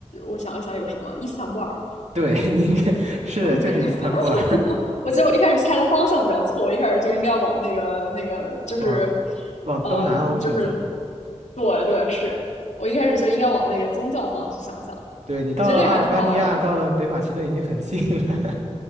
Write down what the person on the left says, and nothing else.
我想一想有什么？伊斯坦布尔。
OK，
<laughs> 我觉得我一开始猜的方向比较错，我一开始就应该往那个那个就是，
呃，就是对对，是我一开始就应该往那个宗教方向去想想。
我觉得这个还挺好玩的。